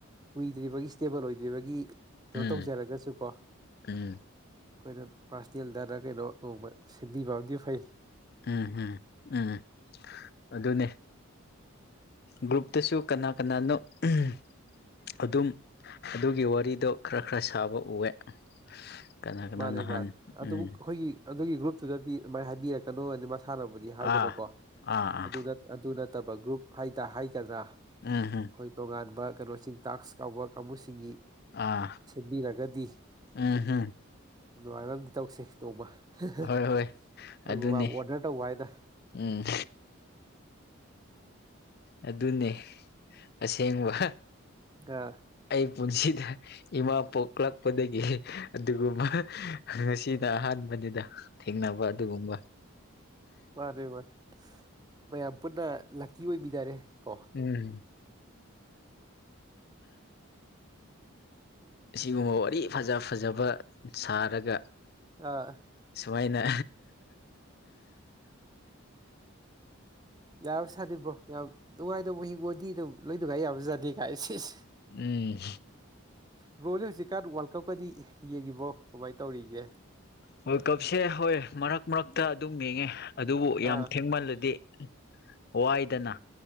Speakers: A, on the right; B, on the left.
A: ꯒꯤ ꯏꯁꯇꯦꯕꯜ ꯑꯣꯏꯗ꯭ꯔꯤꯕꯒꯤ ꯀꯩꯅꯣ
B: ꯎꯝ
A: ꯇꯧꯖꯔꯒꯁꯨ ꯀꯣ ꯑꯩꯈꯣꯏꯅ
B: ꯎꯝ
A: ꯄꯥꯔꯁꯅꯦꯜꯗꯅ ꯀꯩꯅꯣ ꯅꯣꯡꯃ ꯁꯦꯝꯕꯤꯕ ꯑꯃꯗꯤ ꯐꯩ
B: ꯎꯝ ꯎꯝ ꯎꯝ ꯑꯗꯨꯅꯦ ꯒ꯭ꯔꯨꯞꯇꯁꯨ ꯀꯅꯥ ꯀꯅꯥꯅꯣ ꯎꯝ ꯑꯗꯨꯝ ꯑꯗꯨꯒꯤ ꯋꯥꯔꯤꯗꯣ ꯈꯔ ꯈꯔ ꯁꯥꯕ ꯎꯑꯦ ꯀꯅꯥ ꯀꯅꯥ
A: ꯃꯥꯅꯦ
B: ꯅꯍꯥꯟ
A: ꯃꯥꯅꯦ ꯑꯗꯨꯕꯨ
B: ꯎꯝ
A: ꯑꯩꯈꯣꯏꯒꯤ ꯑꯗꯨꯒꯤ ꯒ꯭ꯔꯨꯞꯇꯨꯗꯗꯤ ꯑꯗꯨꯃꯥꯏꯅ ꯍꯥꯏꯕꯤꯔꯛꯀꯅꯣ ꯍꯥꯏꯅ ꯃꯁꯥꯟꯅꯕꯨꯗꯤ ꯍꯥꯏꯗꯅꯀꯣ
B: ꯑꯥ ꯑꯥ ꯑꯥ
A: ꯑꯗꯨꯅ ꯑꯗꯨ ꯅꯠꯇꯕ ꯒ꯭ꯔꯨꯞ ꯍꯥꯏꯗ ꯍꯥꯏꯒꯗ꯭ꯔꯥ
B: ꯑꯥ ꯍꯥ
A: ꯑꯩꯈꯣꯏ ꯇꯣꯉꯥꯟꯕ ꯀꯩꯅꯣꯁꯤꯡ ꯇꯥꯛꯁ ꯌꯥꯎꯕ ꯀꯥꯡꯕꯨꯁꯤꯡꯒꯤ
B: ꯑꯥ
A: ꯈꯟꯕꯤꯔꯒꯗꯤ
B: ꯎꯝ ꯍꯝ
A: ꯑꯗꯨꯃꯥꯏꯅ ꯑꯃꯇꯥ ꯇꯧꯁꯦ ꯇꯧꯕ ꯍꯥ ꯍꯥ ꯑꯩꯈꯣꯏꯕꯨ
B: ꯍꯣꯏ ꯍꯣꯏ ꯑꯗꯨꯅꯦ
A: ꯃꯥꯕꯨ ꯑꯣꯗꯔ ꯇꯧꯕ ꯍꯥꯏꯗꯅ
B: ꯎꯝ ꯑꯗꯨꯅꯦ ꯑꯁꯦꯡꯕ
A: ꯑ
B: ꯑꯩ ꯄꯨꯟꯁꯤꯗ ꯏꯃꯥ ꯄꯣꯛꯂꯛꯄꯗꯒꯤ ꯑꯗꯨꯒꯨꯝꯕ ꯉꯁꯤꯅ ꯑꯍꯥꯟꯕꯅꯤꯗ ꯊꯦꯡꯅꯕ ꯑꯗꯨꯒꯨꯝꯕ
A: ꯃꯅꯤ ꯃꯥ ꯃꯌꯥꯝ ꯄꯨꯟꯅ ꯂꯛꯀꯤ ꯑꯣꯏꯕꯤ ꯇꯔꯦ ꯀꯣ
B: <unintelligible> ꯑꯁꯤꯒꯨꯝꯕ ꯋꯥꯔꯤ ꯐꯖ ꯐꯖꯕ ꯁꯥꯔꯒ
A: ꯑ
B: ꯁꯨꯃꯥꯏꯅ
A: ꯌꯥ ꯁꯥꯗꯕ꯭ꯔꯣ ꯌꯥꯝ ꯅꯨꯡꯉꯥꯏꯗꯕ ꯍꯤꯡꯉꯗꯤ ꯑꯗꯨꯝ ꯂꯩꯣꯏꯗꯒꯥꯏ ꯌꯥꯝ ꯁꯥꯗꯦ ꯀꯥꯏ ꯁꯤꯁꯦ
B: ꯎꯝ
A: ꯕ꯭ꯔꯣꯖꯟꯖꯤꯀꯥꯟ ꯋꯥꯔꯜ ꯀꯞꯀꯗꯤ ꯌꯦꯡꯉꯤꯕꯣ ꯀꯃꯥꯏꯅ ꯇꯧꯔꯤꯒꯦ
B: ꯍꯣꯏ ꯀꯞꯁꯦ ꯍꯣꯏ ꯃꯔꯛ ꯃꯔꯛꯇ ꯑꯗꯨꯝ ꯌꯦꯡꯉꯦ ꯑꯗꯨꯕꯨ ꯌꯥꯝ
A: ꯑꯥ
B: ꯊꯦꯡꯃꯜꯂꯗꯤ ꯋꯥꯏꯗꯅ